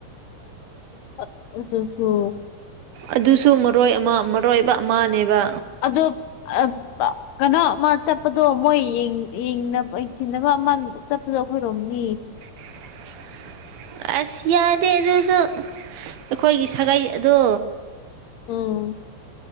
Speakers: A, on the left (about 80°); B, on the right (about 70°).
A: <unintelligible>
B: ꯑꯗꯨꯁꯨ ꯃꯔꯣꯏ ꯑꯃ ꯃꯔꯣꯏꯕ ꯑꯃꯅꯦꯕ
A: ꯑꯗꯣ ꯑ ꯄ ꯀꯅꯣ ꯃꯥ ꯆꯠꯄꯗꯣ ꯃꯣꯏ ꯌꯦꯡ ꯌꯦꯡꯅ ꯌꯦꯡꯁꯤꯟꯅꯕ ꯑꯃ ꯆꯠꯄꯗꯣ ꯑꯩꯈꯣꯏꯔꯣꯝꯅꯤ
B: <unintelligible> ꯑꯁ ꯌꯥꯗꯦ ꯑꯗꯨꯁꯨ ꯑꯩꯈꯣꯏꯒꯤ ꯁꯥꯒꯩ ꯑꯗꯣ
A: ꯎꯝ